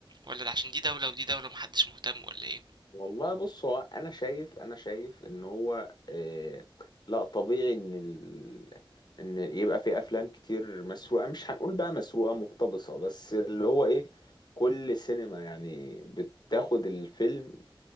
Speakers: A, on the right (about 55°); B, on the left (about 50°).
A: ولا ده عشان دي دولة ودي دولة محدش مهتم ولا ايه
B: والله بص هو انا شايف انا شايف ان هو آه لا طبيعي ان ال... ان يبقى في افلام كتير مسروقه مش هنقول بقى مسروقه مقتبسه بس اللي هو ايه كل سينما يعني بتاخد الفيلم